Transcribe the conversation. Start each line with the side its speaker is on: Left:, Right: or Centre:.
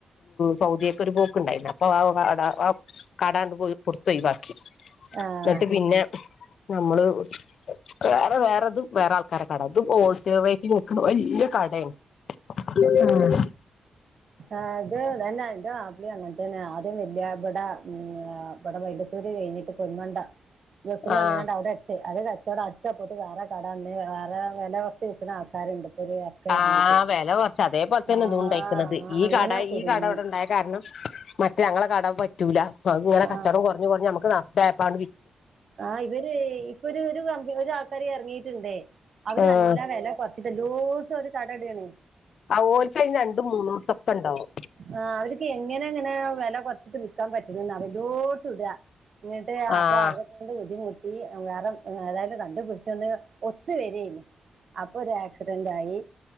Left: സൗദിയൊക്കെ ഒരു പോക്ക് ഉണ്ടായിരുന്നു അപ്പൊ ആ കട കാടാണ്ട് പോയി കൊടുത്തയി ബാക്കി
Right: ആഹ്
Left: എന്നിട്ട് പിന്നെ നമ്മള് വേറെ വേറെതും വേറെ ആൾക്കാരടെ കട അതും ഹോൾസെയിൽ വറ്റി നോക്കണ വലിയ കടയാണ് ഉഏ <unintelligible>
Right: ആഹ അത നന്നായി ആപ്പിളി അങ്ങനത്തെന്നെ ആദ്യം വലിയ ഇവിടെ ഇവിടെ വൈല്ലത്തൂര് കഴിഞ്ഞിട്ട് പൊന്മണ്ട ഗൾഫിന്ന്
Left: ആഹ്
Right: വന്നതാണ് അവിടെ എട്ട് അത് കച്ചവടം അടുത്താ പോത് വേറെ കടന്ന് വേറെ വില കുറച്ച് വിൽക്കുന്ന ആൾക്കാരുണ്ട് ഇപ്പൊ ഒരു ഇറക്കം
Left: ആ്
Right: ഇറങ്ങിയിട്ട്
Left: വില കുറച്ച് അതേപോലെത്തന്നെ
Right: ആഹ്
Left: ഇത് ഉണ്ടക്കുന്നത് ഈ
Right: അങ്ങനെ
Left: കട
Right: കുടുങ്ങി
Left: ഈ കട ഇവിടെണ്ടായ കാരണം മറ്റ ഞങ്ങളെ കട പറ്റൂല അ ഇങ്ങന
Right: ആഹ്
Left: കച്ചടം കുറഞ്ഞഞ് കുറഞ്ഞഞ് നമക്ക് ന്ടയപ്പാ
Right: ആഹ് ഇവര് ഇപ്പൊ ഒരു ഒരു കമ്പി ഒ ആൾക്കാർ ഇറങ്ങീട്ടുണ്ട് അവര്
Left: ആഹ്
Right: നല്ല വില കുറച്ചിട്ട് എല്ലോട്ടും ഒരു കട എടക്കണ
Left: ആ ഓൽക്ക് അയിന് രണ്ടും മൂന്നോടത്തൊക്കെ ഉണ്ടാവും
Right: ആ അവർക്ക് എങ്ങനെ പി ഇങ്ങനെ വില കുറച്ചിട്ട് വിൽക്കാൻ പറ്റൂ വലോട്ട് ഇട ഇിട്ട്
Left: ആഹ്
Right: അപ്പൊ അവ ബുദ്ധിമുട്ടി വേറെ അതായത് കണ്ടുപിടിച്ചൊന്ന് ഒത്തു വരേനി അപ്പൊ ഒരു ആക്സിഡന്റ് ആയി